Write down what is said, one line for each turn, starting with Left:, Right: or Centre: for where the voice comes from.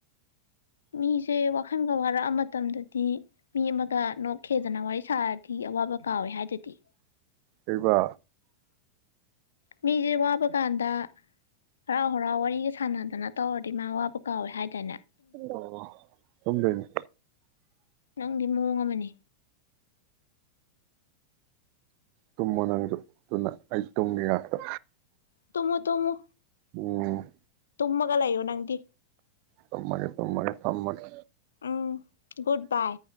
Left: ꯃꯤꯁꯦ ꯋꯥꯈꯜꯒ ꯋꯥꯔꯛꯑ ꯃꯇꯝꯗ ꯇꯤ ꯃꯤ ꯑꯃꯒ ꯅꯣꯛ ꯈꯦꯗꯅ ꯋꯥꯔꯤ ꯁꯥꯔꯗꯤ ꯑꯋꯥꯕ ꯀꯥꯎꯋꯦ ꯍꯥꯏꯗꯨꯗꯤ
Right: ꯀꯩꯕ
Left: ꯃꯤꯁꯦ ꯋꯥꯕ ꯀꯥꯟꯗ ꯍꯔꯥꯎ ꯍꯔꯥꯎ ꯋꯥꯔꯤꯒ ꯁꯥꯟꯅꯗꯅ ꯇꯧꯔꯗꯤ ꯃꯥ ꯋꯥꯕꯥ ꯀꯥꯎꯋꯦ ꯍꯥꯏꯗꯅꯦ
Right: ꯑꯣ ꯇꯨꯝꯗꯣꯏꯅꯤ
Left: ꯅꯪꯗꯤ ꯃꯑꯣꯡ ꯑꯃꯅꯤ
Right: ꯇꯨꯝꯃꯣ ꯅꯪꯁꯨ ꯑꯗꯨꯅ ꯑꯩ ꯇꯨꯝꯒꯦ ꯉꯥꯛꯇ
Left: ꯇꯨꯃꯃꯣ ꯇꯨꯃꯃꯣ
Right: ꯑꯣ
Left: ꯇꯨꯝꯃꯒ ꯂꯩꯌꯣ ꯅꯪꯗꯤ
Right: ꯇꯨꯝꯃꯒꯦ ꯇꯨꯝꯃꯒꯧ ꯊꯝꯃꯒꯦ
Left: ꯎꯝ ꯒꯨꯠ ꯕꯥꯏ